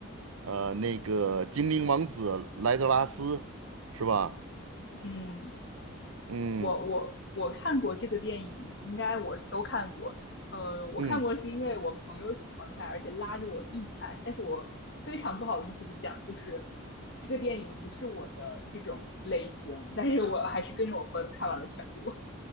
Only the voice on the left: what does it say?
嗯，
我我我看过这个电影，应该我都看过。呃，我看过是因为我朋友喜欢看，
而且拉着我硬看，但是我非常不好意思的讲，就是这个电影不是我的这种类型，但是我还是跟着我朋友看完了全部。